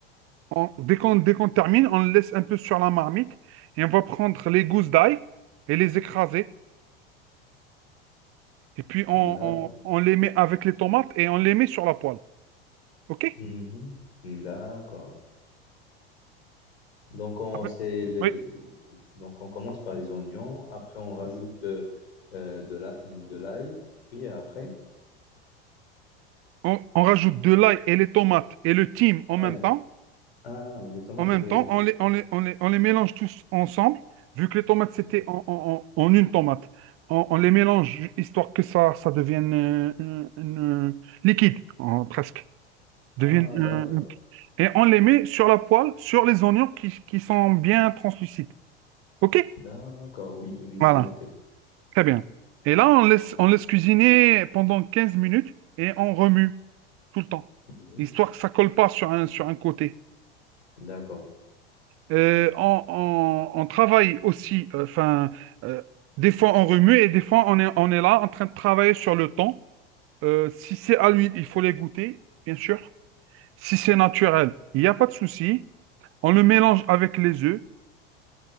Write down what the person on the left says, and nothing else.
D'accord.
Mhm. D'accord. Donc on,
c'est les...
Donc on commence par les oignons, après on rajoute euh, euh, de la... de l'ail, puis après,
ah,
et,
ah, et les tomates
et le,
et le...
et le
thym.
D'accord.
Mhm.
Ah,
d'accord.
D'accord, oui, oui, c'est
noté.
Mhm.
D'accord.